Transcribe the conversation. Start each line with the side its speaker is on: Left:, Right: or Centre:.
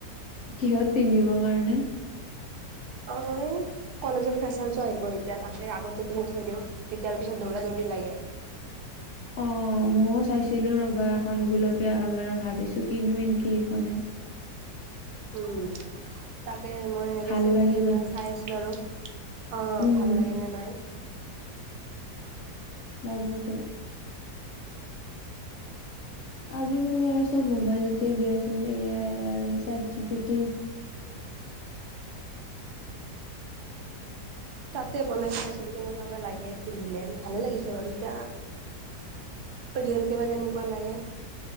Left: কিহত পিন্ধিবৰ কাৰণে?
Right: <unintelligible> কলেজৰ ফ্ৰেছাৰছো আহিব এতিয়া তাকে আগতে কিনি থই দিওঁ। তেতিয়াৰ পিছত দৌৰা দৌৰি লাগে।
Left: অ ময়ও চাইছিলো ৰবা এখন গুলপীয়া কালাৰ ভাবিছো কিনোয়ে নেকি সেইখনে।
Right: উম, তাকে মই এনেকে
Left: ভাল
Right: চেট
Left: লাগে
Right: জি পি তিত মানে চাই আছিলোঁ আৰু। অঁ
Left: উম
Right: ভাল লাগেনে নাই।
Left: তাকেইটো। আজিকালি আৰু চব মোবাইলতে দিয়াচোন এ আই আৰু চেত জি পি টি। <inaudible>
Right: তাতে বনাই চাইছিলো কেনেকুৱা বা লাগে পিন্ধিলে, ভালে লাগিছে বাৰু এতিয়া ৰিয়েল কে বা কেনেকুৱা লাগে।